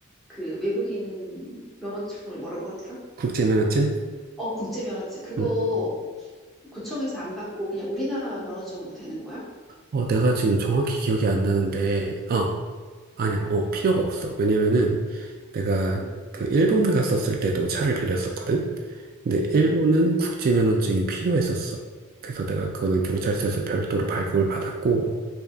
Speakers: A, in the centre; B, on the right (about 45°).
A: 그 외국인 면허증을 뭐라고 하더라?
B: 국제 면허증?
A: 어, 국제 면허증. 그거
B: 응.
A: 구청에서 안 받고 그냥 우리나라 면허증으로 되는 거야?
B: 어, 내가 지금 정확히 기억이 안 나는데 어. 아니야, 어, 필요가 없어. 왜냐면은 내가
A: 응,
B: 그 일본 갔었을 때도 차를 빌렸었거든. 근데
A: 응,
B: 일본은 국제 면허증이 필요했었어. 그래서 내가 그거는 경찰서에서 별도로 발급을 받았고,